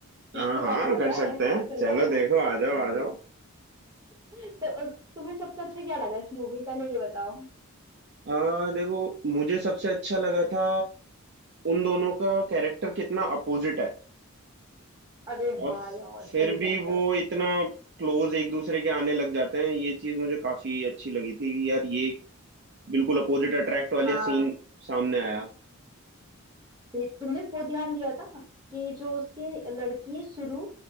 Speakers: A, on the right (about 15°); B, on the right (about 50°).
A: किसको
B: हाँ हाँ
A: ज्यादा
B: कर
A: पता
B: सकते
A: है पता
B: हैं
A: चल
B: चलो
A: जाएगा
B: देखो आ जाओ आ जाओ
A: तो अ, तुम्हें सबसे अच्छा क्या लगा इस मूवी में? पहले ये बताओ
B: आ, देखो मुझे सबसे अच्छा लगा था उन दोनों का कैरेक्टर कितना अपोजिट है
A: अरे
B: और
A: हाँ
B: स-
A: यार
B: फिर
A: सही
B: भी
A: बात
B: वो इतना क्लोज एक दूसरे के आने लग जाते हैं ये चीज मुझे काफी अच्छी लगी थी कि यार ये बिल्कुल अपोजिट अट्रैक्ट वाला
A: है
B: सीन सामने आया
A: ते- तुमने वो ध्यान दिया था कि जो उसके लड़की है शुरू